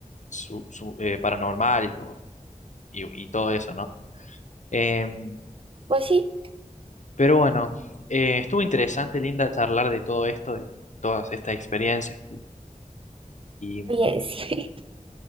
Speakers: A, on the left; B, on the right.
A: su- su- eh, paranormales o- y, y todo eso, ¿no? Em,
B: Pues sí,
A: pero bueno, eh, estuvo interesante, Linda, charlar de todo esto, de todas estas experiencias y, y
B: oye, sí. <laughs>